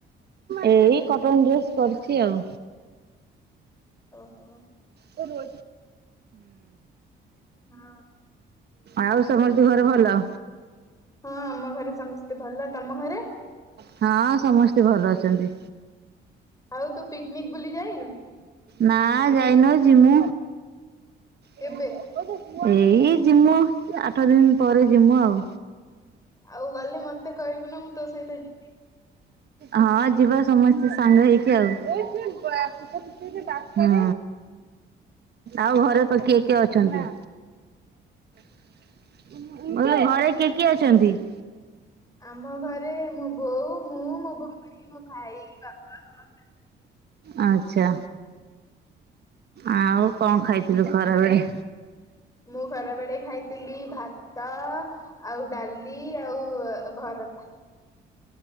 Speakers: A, on the right; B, on the left.
A: ଏଇ କଟନ ଡ୍ରେସ୍ କରଛି ଆଉ
B: ଓହୋ।
A: ହୁଁ।
B: ହଁ
A: ଆଉ ସମସ୍ତ ଘର ଭଲ
B: ହଁ ଆମ ଘରେ ସମସ୍ତେ ଭଲ ତମ ଘରେ
A: ହଁ ସମସ୍ତେ ଭଲ ଅଛନ୍ତି।
B: ଆଉ ତୁ ପିକନିକ ବୋଲିୁଲି ଯାଇନୁ?
A: ନା ଯାଇନ ଯିମୁ
B: କେବେ?
A: ଏଇ ଏଇ ଜିମୂ ଆଠ ଦିନ ପରେ ଜିମୁ ଆଉ
B: ଆଉ ଗଲେ ମତେ କହିବୁ ନା ମୁଁ ତୋ ସହିତ ଯିବିି।
A: ହଁ ଯିବା ସମସ୍ତେ ସାଙ୍ଗ ହେଇକି ଆଉ <inaudible> ହୁଁ ଆଉ ଘରେ କିଏ କିଏ ଅଛନ୍ତି। <inaudible> ଘରେ କିଏ କିଏ ଅଛନ୍ତି? <inaudible>
B: ଆମ ଘରେ ମୋ ବୋଉ ମୁଁ ମୋ ଭଉଣୀ ମୋ ଭାଇ ବାପା ସମସ୍ତେ
A: ଆଚଛା ଆଉ କଣ ଖାଇଥିଲୁ ଖରା ବଳେ
B: ମୁଁ ଖରାବେେଳେ ଖାଇଥିଲି ଭାତ ଆଉ ଡାଲି ଆଉ ଭରତ <inaudible>